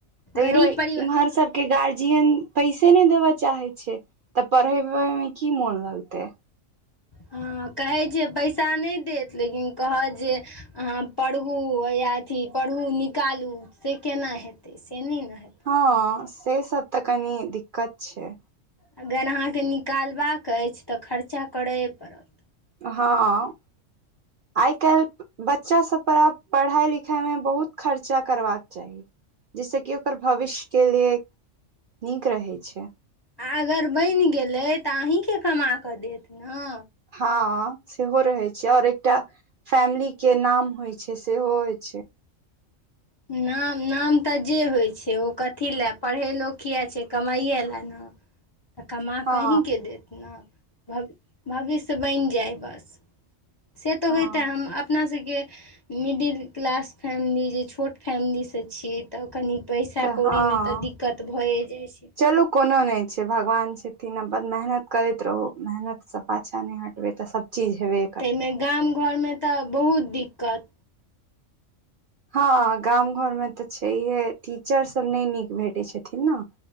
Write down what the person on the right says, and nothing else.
तैयो
इम्हर
स कि गार्जियन पैसे नहि देब चाहै छै तऽ पढ़ेेबैय मे की मोन लगतै
हँ से सब तऽ कनी दिक्कत छै
हँ आइ काइल बच्चा सब पर आब पढ़ाई लिखाई मे बहुत खर्चा करबाक चाही जैस कि ओकर भविष्य के लेक नीक रहे छै
हँ सेहो रहै छै और एकटा फैमिली के नाम होइ छै सेहो होइ छै
हँ
हँ
तऽ
हँ
चलू कोनो नहि छै भगवान छथिन आ मेहनत करैत रहू मेहनतसँ पाछाँ नहि हटबै तऽ सभ चीज हवे
हँ गाम घरमे तऽ छैहे टीचरसभ नय नीक भेटै छथिन न